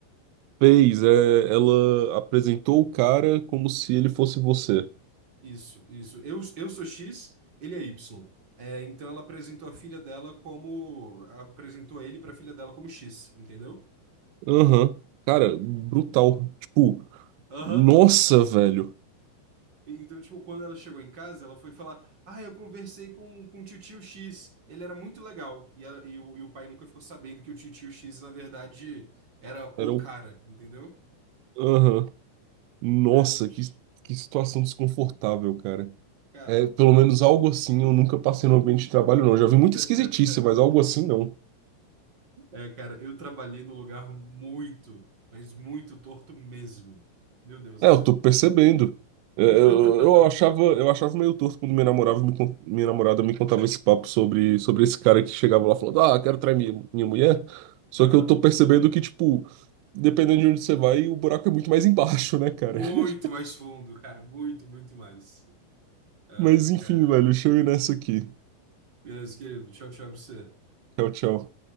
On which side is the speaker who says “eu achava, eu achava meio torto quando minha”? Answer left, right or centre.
Right